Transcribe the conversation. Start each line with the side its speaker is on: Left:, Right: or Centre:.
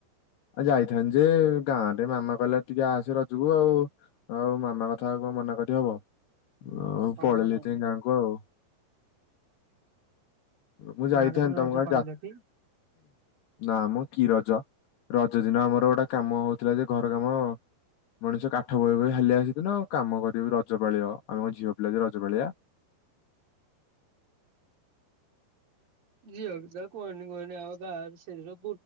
Left: ଆ ଯାଇଥାନ୍ତି ଯେ ଗାଁରେ ମାମା କହିଲା ଟିକେ ଆସେ ରଜକୁ ଆଉ। ଆଉ ମାମା କଥା ଆଉ କଣ ମନା କରି ହବ ଆଉ
Right: ହଁ
Left: ପଳେଇଲିି
Right: ହଁ
Left: ଏଥିପାଇଁ ଗାଁ କୁ ଆଉ। ମୁଁ ଯାଇଥାନ୍ତି
Right: ଗାଁରେ ପୁଣି
Left: ତମ
Right: ରଜ
Left: ଗାଁ
Right: ପାଳିଲଟି?
Left: ଯା ନାମ କି ରଜ। ରଜ ଦିନ ଆମର ଗୋଟେ କାମ ହଉଥିଲା ଯେ ଘର କାମ। ମଣିଷ କାଠ ବୋହି ବୋହି ହାଲିଆ ସେଦିନ କାମ କରିବି ରଜପାଳିବ ଆମେ କଣ ଝିଅ ପିଲା ଯେ ରଜପାଳିଆ।
Right: ଝିଅକୁ ତ କହନି କହନି ଆଉ ତା ସେଦିନ